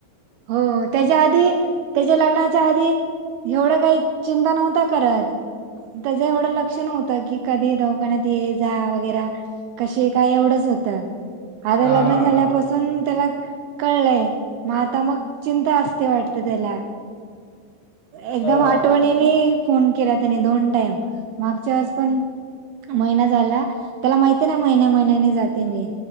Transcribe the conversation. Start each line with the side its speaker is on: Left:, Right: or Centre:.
Right: हो त्याच्या आध ती, त्याच्या लग्नाच्या आधी, एवढ काही चिंता नव्हता करत. त्याच एवढं लक्ष नव्हतं, की कधी दवाखान्यात ये जा वगैरा. कशी काय एवढंच होत, आता
Left: हा
Right: लग्न
Left: हा
Right: झाल्यापासून. त्याला कळय, म आता मग चिंता असते, वाटत त्याला.
Left: अच्छा
Right: एकदम आठवणीनी फोन केला त्याने दोन टाईम मागचा वेळेस पण महिना झाला, त्याला माहित महिन्या महिन्यानी जाते मी